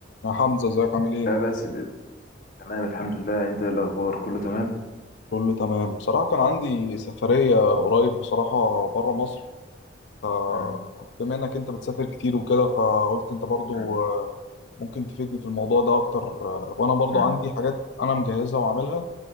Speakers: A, on the left; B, on the left.
A: يا حمزة ازيك عامل ايه؟
B: لا بس ال- تمام الحمد لله انت ايه الاخبار كله تمام
A: كله تمام بصراحة كان عندي سفرية قريب بصراحة برا مصر فبما
B: مم.
A: انك انت بتسافر كتير وكده فقلت انت برضو
B: مم.
A: آه، ممكن تفيدني في الموضوع ده اكتر آه، وانا برضو
B: مم.
A: عندي حاجات انا مجهزها وعاملها